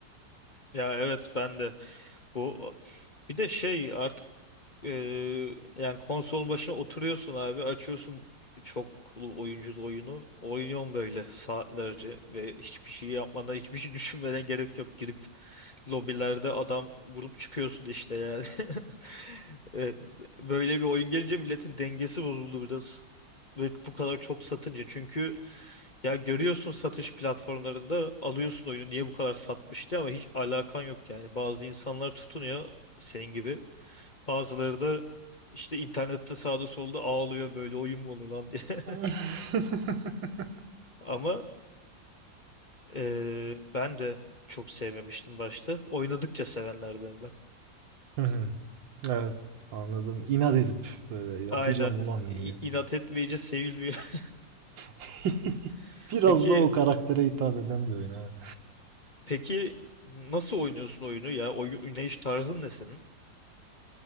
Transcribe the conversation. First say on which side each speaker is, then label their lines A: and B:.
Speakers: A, on the left; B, on the right.
A: Ya evet ben de bu bir de şey artık Ee, yani konsolun başına oturuyorsun abi, açıyorsun çoklu oyunculu oyunu. Oynuyorsun böyle saatlerce ve hiçbir şey yapmana, hiçbir şey <laughs> düşünmene gerek yok. Girip lobilerde adam vurup çıkıyorsun işte yani. <laughs> Ee, böyle bir oyun gelince milletin dengesi bozuldu biraz. Ve bu kadar çok satınca çünkü ya görüyorsun satış platformlarında alıyorsun oyunu niye bu kadar satmıştı ama hiç alakan yok yani. Bazı insanlar tutunuyor senin gibi. Bazıları da işte internette sağda solda ağlıyor böyle oyun mu olur lan diye.
B: <laughs>
A: <laughs> Ama eee, ben de çok sevmemiştim başta. Oynadıkça sevenlerdenim ben.
B: Hı hı. Evet, anladım. İnat edip böyle yapacağım
A: Aynen.
B: ulan
A: İ-
B: diye.
A: inat etmeyince sevilmiyor.
B: <laughs>
A: <laughs>
B: Biraz
A: Peki
B: da o karaktere hitap eden bir oyun evet.
A: peki nasıl oynuyorsun oyunu ya? Oyun oynayış tarzın ne senin?